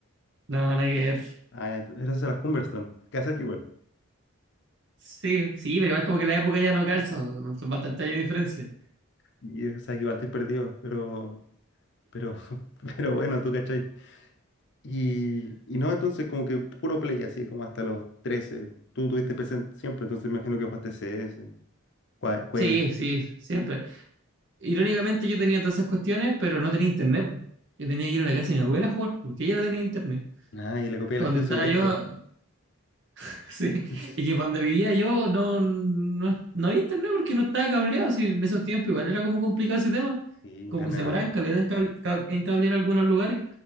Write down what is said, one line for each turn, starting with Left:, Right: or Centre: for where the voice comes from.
Right: No, nada que ver.
Left: Ah, ya, ent- eso era Humberstone. ¿Qué haces que igual?
Right: Sí, sí, pero igual como que la época ya no calza, son bastantes años de diferencia.
Left: Y o sea, que igual estoy perdido, pero, pero, <laughs> pero bueno, ¿tú cachai? Y, y no, entonces como que puro play, así como hasta los trece Tú tuviste PC siempre, entonces me imagino que jugaste CS, Qua- Quake.
Right: Sí, sí, siempre. Irónicamente yo tenía todas esas cuestiones, pero no tenía internet. po. Yo tenía que ir a la casa de mi abuela a jugar, porque ella la tenía internet.
Left: Ah, y le copié
Right: Para
Left: el acceso
Right: donde estaba
Left: directo.
Right: yo, <laughs> sí,
Left: <laughs>
Right: y que para donde vivía yo no, no, no había internet porque no estaba cableado, sí, en esos tiempos igual era como complicado ese tema.
Left: Sí, internet
Right: Como que se
Left: no
Right: moraban
Left: había.
Right: caleta en, cable- ca- en cablear algunos lugares.